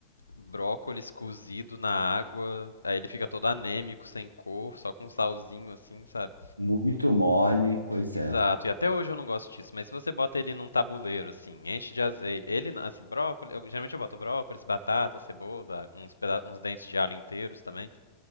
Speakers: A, on the left; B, on the right.
A: brócolis cozido na água, aí ele fica todo anêmico, sem cor, só com um salzinho assim, sabe?
B: muito mole, pois
A: Exato,
B: é.
A: e até hoje eu não gosto disso, mas se você bota ele num tabuleiro, assim, enche de azeite, ele, na- assim, brócolis, eu, geralmente eu boto brócolis, batata, cebola, uns, peda- uns dentes de alho inteiros também,